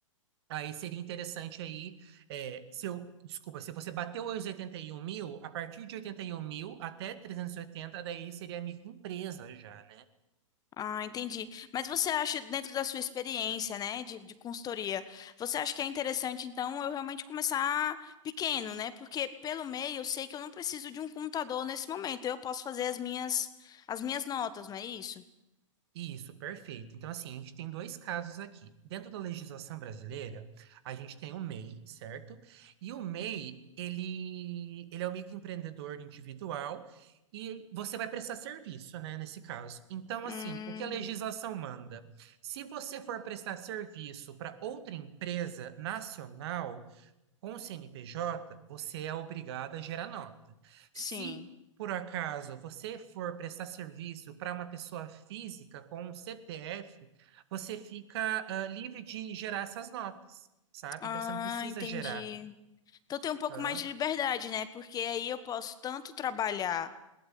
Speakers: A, on the right; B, on the left.
A: Aí seria interessante aí, é, se eu, desculpa, se você bateu os 81 mil, a partir de 81 mil até 380, daí seria microempresa já, né?
B: Ah, entendi. Mas você acha, dentro da sua experiência, né, de, de consultoria, você acha que é interessante, então, eu realmente começar pequeno, né? Porque pelo meio eu sei que eu não preciso de um computador nesse momento. Eu posso fazer as minhas, as minhas notas, não é isso?
A: Isso, perfeito. Então, assim, a gente tem dois casos aqui. Dentro da legislação brasileira, a gente tem o MEI, certo? E o MEI, ele, ele é o microempreendedor individual e você vai prestar serviço, né, nesse caso. Então,
B: Hum,
A: assim, o que a legislação manda? Se você for prestar serviço para outra empresa nacional, com o CNPJ, você é obrigado a gerar nota. Se
B: sim.
A: por acaso você for prestar serviço para uma pessoa física com um CPF, você fica ah, livre de gerar essas notas, sabe?
B: Ah,
A: Então você não precisa
B: entendi.
A: gerar.
B: Então tem um pouco
A: Aham,
B: mais de liberdade, né? Porque aí eu posso tanto trabalhar,